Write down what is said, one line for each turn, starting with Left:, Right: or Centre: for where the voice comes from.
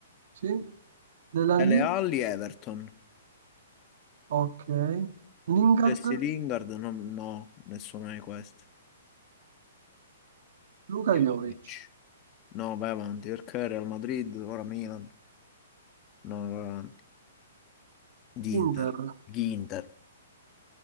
Right: sì, Della
Left: Dele
Right: lì,
Left: Alli Everton.
Right: ok, Lingard,
Left: Jesse Lingard, no, no, nessuno di questi.
Right: Luka Jovic,
Left: Vidic. No, vai avanti, perché Real Madrid, ora Milan. No, vai avanti. Ginter.
Right: Cinder,
Left: Ginter.